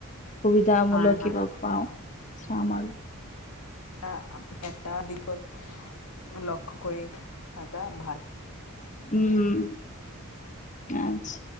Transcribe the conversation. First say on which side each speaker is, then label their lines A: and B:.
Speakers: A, on the left; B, on the left.
A: সুবিধামূলক
B: হয়, হয়।
A: কিবা পাওঁ চাম আৰু।
B: আ এটা এটা দিশত লক্ষ্য কৰি থাকা ভাল।
A: উম। আচ্ছা